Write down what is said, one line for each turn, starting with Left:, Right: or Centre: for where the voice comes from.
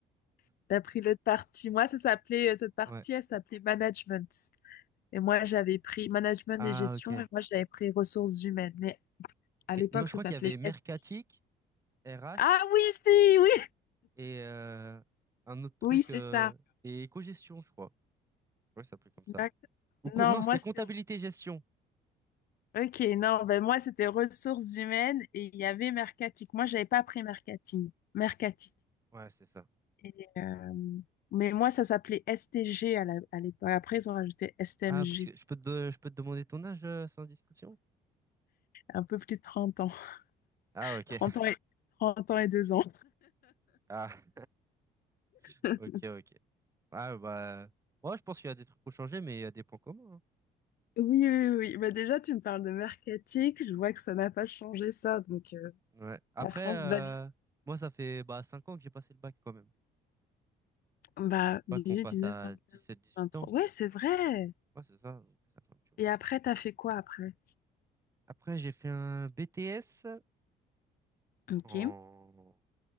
Left: <laughs> t'as pris l'autre partie. Moi, ça s'appelait, cette partie,
Right: Ouais.
Left: elle s'appelait management. Et moi, j'avais pris management
Right: Ah
Left: et gestion,
Right: ok.
Left: et moi, j'avais pris ressources humaines. Mais à l'époque,
Right: Ok. Non, je
Left: ça
Right: crois
Left: s'appelait
Right: qu'il y avait mercatique,
Left: STG.
Right: RH
Left: Ah oui, si, oui,
Right: et euh, un
Left: <laughs>
Right: autre truc
Left: oui, c'est
Right: euh,
Left: ça.
Right: et éco-gestion, je crois. Ouais, ça s'appelait comme ça.
Left: D'ac-
Right: Ou con-
Left: Non,
Right: non,
Left: moi,
Right: c'était
Left: c'était...
Right: comptabilité-gestion.
Left: Ok, non, ben moi, c'était ressources humaines et il y avait mercatique. Moi, j'avais pas pris mercating, mercatique.
Right: Ouais, c'est ça.
Left: Et, euh, Mais moi, ça s'appelait STG à la- à l'époque. Après, ils ont rajouté STMG,
Right: Ah, parce que je peux te, je peux te demander ton âge euh, sans discrétion
Left: un peu plus de 30 ans.
Right: Ah,
Left: <laughs>
Right: ok.
Left: 30 ans et, 30 ans et 2 ans.
Right: Ah, <laughs>
Left: <laughs>
Right: ok, ok. Ah, bah, moi, je pense qu'il y a des trucs qui ont changé, mais il y a des points communs. hein.
Left: Oui, oui, oui. oui. Bah déjà, tu me parles de mercatique. Je vois que ça n'a pas changé ça. Donc, euh,
Right: Ouais. Après,
Left: la France
Right: euh,
Left: va vite.
Right: moi, ça fait bah, 5 ans que j'ai passé le bac quand même.
Left: Bah,
Right: C'est le bac,
Left: 18,
Right: on passe
Left: 19,
Right: à
Left: 20,
Right: dix sept dix huit
Left: 23.
Right: ans.
Left: Ouais, c'est vrai.
Right: Ouais, c'est ça. donc ça fait un petit moment.
Left: Et après, t'as fait quoi après?
Right: Après, j'ai fait un BTS
Left: Ok.
Right: en